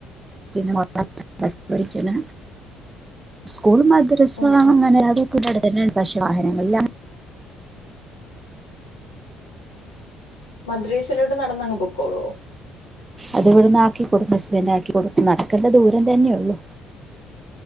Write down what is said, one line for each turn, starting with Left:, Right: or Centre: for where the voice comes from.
Right: പിന്നെ മോള് അഞ്ചാം ക്ലസ്സി പഠിക്കയാണ് സ്കൂൾ മദ്ര ദ്രസ്സാ
Left: ഓ ഓ ഓ
Right: അങ്ങനെ അതുക്കെ അടുത്തന്നെയാണ് പക്ഷെ വാഹനങ്ങള്ല്ല
Left: മദ്രസിലോട്ട് നടന്നങ്ങ് പോക്കോളോ
Right: അത് ഇവിടുന്ന് ആക്കികൊടുക്കും ഹസ്ബൻഡ് ആക്കി കൊടുക്കും നടക്കേണ്ട ദൂരം തന്നെയെ ഉള്ളു